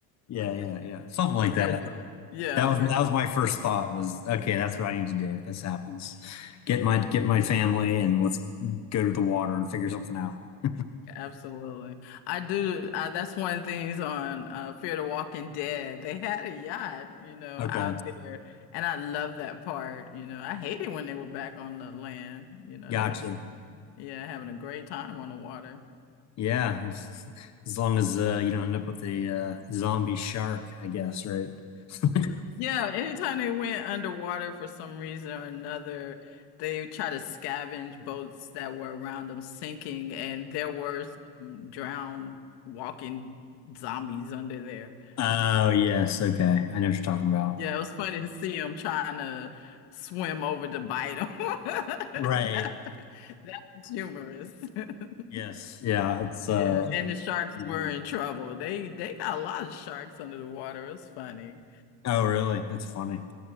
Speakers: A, on the left; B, on the left.
A: Yeah. Yeah. Yeah. yeah. Something like
B: a very
A: that.
B: large. Yeah,
A: That was
B: very.
A: that was my first thought was okay, that's what I need to do if this happens. Get my get my family and let's go to the water and figure something out. <laughs>
B: Absolutely. I do. Uh, that's one of the things on uh, Fear the Walking Dead. They had a yacht, you know,
A: Okay.
B: out there. And I love that part. You know, I hated when they were back on the land. You know,
A: Gotcha.
B: they were just, yeah, having a great time on the water.
A: Yeah. As, as long as uh, you don't end up with a uh, zombie shark, I guess, right? <laughs> Okay.
B: Yeah, anytime they went underwater for some reason or another, they tried to scavenge boats that were around them sinking. And there were some drowned walking zombies under there.
A: Oh, yes. Okay. I know what you're talking about.
B: Yeah, it was funny to see him trying to swim over to bite him. <laughs>
A: Right.
B: That, that was humorous. <laughs>
A: Yes. Yeah, it's uh
B: Yeah, and the sharks
A: Oh,
B: were in trouble. They they got a lot of sharks under the water. It was funny.
A: really? That's funny.